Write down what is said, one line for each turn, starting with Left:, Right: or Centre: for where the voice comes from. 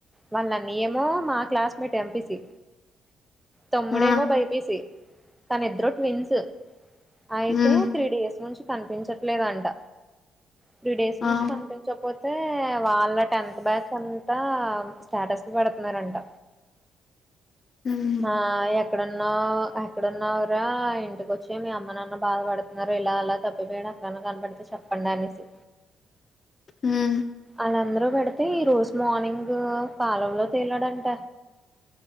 Centre: వల్ల అన్నయ్య ఏమో మా క్లాస్మేట్ ఎంపి సి తమ్ముడేమో
Left: ఆ!
Centre: బైపిసి తను ఇద్దరు ట్విన్స్ అయితే
Left: హ్మ్.
Centre: త్రీ డేస్ నుంచి కనిపించట్లేదంట త్రీ డేస్
Left: ఆ!
Centre: నుంచి కనిపించకపోతే వాళ్ళ టెన్త్ బ్యాచ్ అంతా స్టే లు పెడుతున్నారంట
Left: హ్మ్.
Centre: ఆ ఎ ఎక్కడున్న ఎక్కడున్నవరా ఇంటికొచ్చి మీ అమ్మ నాన్న బాధ పడుతున్నారు ఇలా అలా తప్పిపోయాడు ఎక్కడన్నా కనపడితే చెప్పండి అనేసి
Left: హుమ్
Centre: వాళ్ళందరూ పెడితే ఈ రోజు మార్నింగ్ కలవ లో తేలాడంట